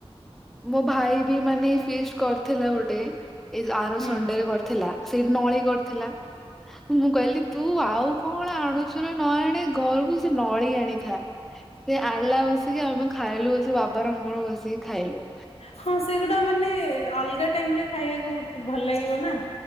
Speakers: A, in the centre; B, on the left (about 75°).
A: ମୋ ଭାଇ ବି ମାନେ ଫିଷ୍ଟ୍ କରିଥିଲା ଗୋଟେ ଏ ଆର
B: ହୁଁ
A: ସଣ୍ଡେରେ କରି ଥିଲା ସେଇଠି ନଳି କରିଥିଲା ମୁଁ କହିଲି ତୁ ଆଉ କଣ ଆଣୁ ନା ନ ଆଣେ ଘରକୁ ସେ ନଳି ଆଣିଥା ସେ ଆଣିଲା ବସିକି ଆମେ ଖାଇଲୁ ବସିକି ବାବାର ମୋର ବସିକି ଖାଇଲୁ
B: ହଁ ସେଗୁଡା ମାନେ ଅଲଗା ଟାଇମରେ ଖାଇବାକୁ ଭଲ ଲାଗିବ ନା,